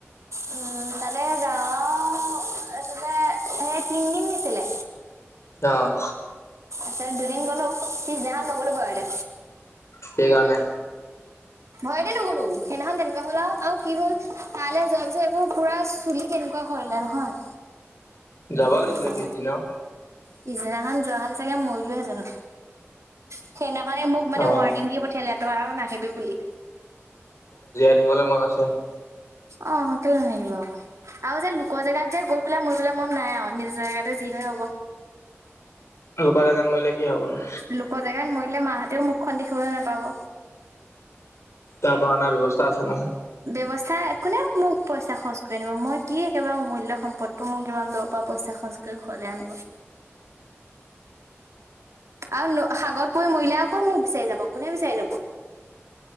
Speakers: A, on the right (about 85°); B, on the left (about 75°).
A: উম তাতে যা তাৰপিছতে, সেই তিনদিন দিছিলে।
B: অহ।
A: তাতে দুদিন গ'লো। সি যা নগ'লো ভয়তে
B: সেই কাৰণে
A: ভয়তে নগলো সেইদিনাখন তেনেকুৱা হ'ল আৰু আৰু কি হ'ল তালৈ যোৱাৰ পিছত এইবোৰ পুৰা চুলি কেনেকুৱা কৰিলে নহয়।
B: যাব লাগিছিলে
A: বহুত
B: পিছদিনাও
A: পিছদিনাখন যোৱা হ'লে চাগে মৰিলোহেঁতেন! সেইদিনাখনে মোক মানে
B: অ
A: ৱৰ্ণিং দি পঠিয়ালে। নাহিবি বুলি
B: থাকিবলে মন আছে।
A: অ' কেলে ন লাগিব আকৌ আৰু যে লোকৰ জেগাত যে গৈ পেলাই মৰিবলৈ মন নাই আৰু নিজৰ জেগাতে যি হৈ হ'ব।
B: লোকৰ জেগাত মৰিলে কি হ'ব নহয়।
A: লোক জেগাত মৰিলে মাহঁতেও মুখখন দেখিবলৈ নোপাব।
B: তাৰ পৰা অনাৰ ব্যৱস্থা আছে নহয়।
A: ব্যৱস্থা কোনে মোক পইচা খৰচ কৰি আনিব মই কি একেবাৰে অমূল্য সম্পদটো, মোক ইমান দূৰৰ পৰা পইচা খৰচ কৰি ঘৰলে আনিব আৰু সাগৰত পৰি মৰিলে অ' ক'ত মোক বিচাৰি যাব কোনে বিচাৰি যাব?